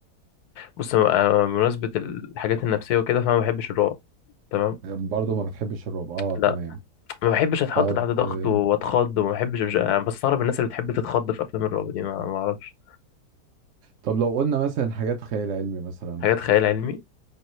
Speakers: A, on the left; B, on the right.
A: بص آه، بمناسبة الحاجات النفسية وكده فأنا ما بحبش الرعب تمام
B: برضه ما بتحبش الرعب اه
A: لا
B: تمام
A: ما بحبش أتحط
B: طب
A: تحت ضغط
B: آه،
A: وأتخض وما بحبش مش... أنا بستغرب الناس اللي بتحب تتخض في أفلام الرعب دي ما ما أعرفش
B: طب لو قلنا مثلا حاجات خيال علمي مثلا
A: حاجات خيال علمي